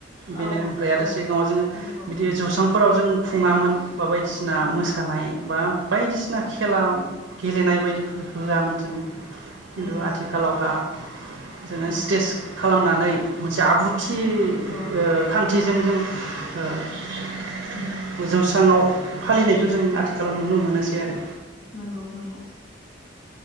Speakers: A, on the right (about 75°); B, on the left (about 65°).
A: बेनो
B: औ
A: ओमफ्राय आरो
B: औ
A: सिगाङाव जोङो
B: नंगौ
A: बिदि जौस्रां फोराव जों खुङामोन बा बायदिसिना
B: नंगौ
A: मोसानाय बा बायदिसिना खेला गेलेनाय बायदिफोर होआमोन जों खिन्थु
B: नंगौ
A: आथिखालावहा जोङो
B: नंगौ
A: स्टेज खालामनानै मोनसे आब्रु थि
B: नंगौ
A: <unintelligible> <unintelligible>
B: नंगौ
A: जौस्राङाव फालिनायखौ जों आथिखालाव नुनो मोनोसै आरो
B: <inaudible> नंगौ नंगौ